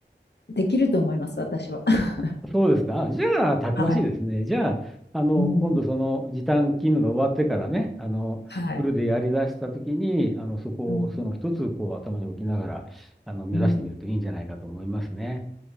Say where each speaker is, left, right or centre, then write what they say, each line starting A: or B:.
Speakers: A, on the left; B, in the centre.
A: できると思います、私は。<laughs>
B: そうですか。あじゃあ、たくましいですね。
A: はい。
B: じゃあ、あの、
A: うん。
B: 今度その時短勤務が終わってからね、あの、
A: はい。
B: フルでやり出したときに、あの、そこをその一つ、
A: うん。
B: こう、頭に置きながら、あの、目指してみるといいんじゃないかと思いますね。
A: うん。